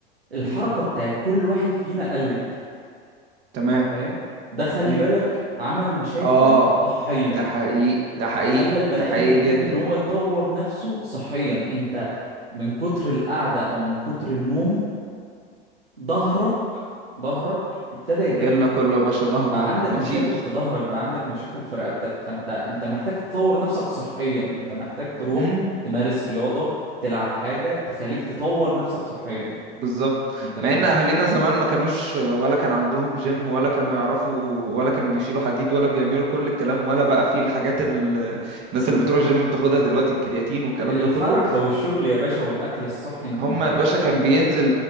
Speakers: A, on the right; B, on the right.
A: الحركة
B: امم
A: بتاعت كل واحد فينا قلت
B: تمام
A: انت فاهم ده خلي
B: مم.
A: بالك عمل مشاكل
B: اه
A: صحية
B: ده حقيقي ده حقيقي
A: فخلى البني
B: ده حقيقي
A: ادم محتاج
B: جدا
A: ان هو يطور نفسه صحيا انت من كتر القعدة او من كتر النوم ظهرك ظهرك ابتدى يتعبك
B: جيلنا كله يا باشا ظهره
A: بقى
B: ومفيش
A: عندك مشاكل في ظهرك بقى عندك مشاكل في رقبتك فانت انت محتاج تطور نفسك صحيا انت محتاج تروح
B: امم
A: تمارس رياضة تلعب حاجة تخليك تطور نفسك صحيا
B: بالظبط
A: انت فاهم
B: مع ان اهالينا زمان ما كانوش ولا كان عندهم جيم ولا كانوا يعرفوا ولا كانوا بيشيلوا حديد ولا بيعملوا كل الكلام ولا بقى في الحاجات ال- الناس اللي بتروح الجيم بتاخدها دلوقتي الكرياتين والكلام
A: الحركة
B: ده كله
A: والشغل يا باشا والاكل الصحي انت
B: هما
A: ما بقاش
B: يا باشا
A: فيه
B: كان بينزل